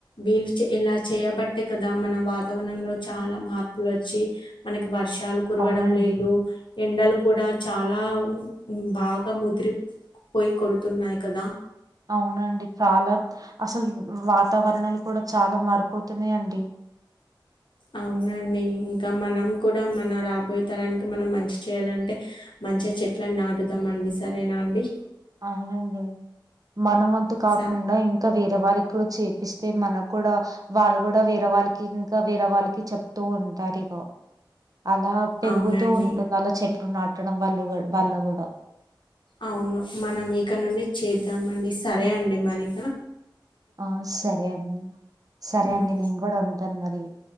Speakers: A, on the left; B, on the right.
A: వీళు ఇలా చేయబట్టే కదా మన వాతావరణంలో చాలా మార్పులు వచ్చి మనకి వర్ష కురవడం
B: అవునండి.
A: లేదు ఎండలు కూడా చ చాలా బాగా ముదిరిపోయి కొడుతున్నాయి కదా
B: అవునండి చాలా అసలు వాతావరణాలు కూడా చాలా మారిపోతున్నాయండి
A: అవునండి ఇంకా మనం కూడా మన రాబోయే తరానికి మనం మంచి చేయాలంటే మంచిగా చెట్ల నాటుదాం అండి సరేనా అండి
B: అవునండి మన వంతు కాకుండా
A: స
B: ఇంకా వేరే వాళ్ళకి కూడా చేపిస్తే మన కూడా వాళ్ళు కూడా వేరే వాళ్ళకి ఇంకా వేరే వాళ్ళకి చెప్తూ ఉంటారు ఇగో అలా పెరుగుతూ
A: అవునండి.
B: ఉంటుంది అలా చెట్లు నాటు కట్టడం వల్ళ వాళ్ళుగూడ
A: అవును మనం ఇక నుండి చేద్దామండి సరే అండి మరి క
B: ఆ సరే అండి సరే
A: ఉమ్
B: అండి నేను కూడా వుంటాను మరి అ